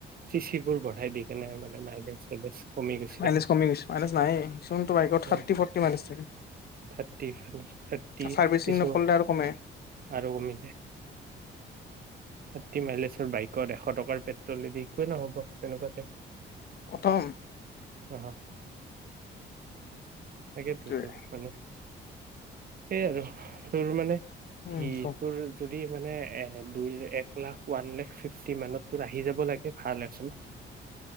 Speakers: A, on the right; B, on the left.
A: চি চিবোৰ বঢ়াই দি কেনে মানে মাইলেজ চাইলেজ কমি গৈছে
B: মাইলেজ
A: আৰু
B: কমি গৈছে মাইলেজ নাই যোনটো বাইকৰ থাৰ্টি
A: অ',
B: ফৰ্টি মাইলেজ থাকে
A: থাৰ্টি মাইনাছ থাৰ্টি
B: চাৰ্ভিচিং
A: কিছু
B: নকৰিলে আৰু কমে
A: আৰু কমিছে। থাৰ্টি মাইলেজৰ বাইকত এশ টকাৰ পেট্ৰ'লে দি একোৱে নহ'ব তেনেকুৱাতে
B: প্ৰথম
A: অহ। সেনেকে
B: সেইটোৱে
A: <unintelligible> থাকবানে। সেই আৰু তোৰ মানে
B: উম
A: সি-তোৰ
B: ক
A: যদি মানে এ দুই-এক লাখ, ওৱান লাখ ফিফটি মানত তোৰ আহি যাব লাগে। ভালে আছোনা।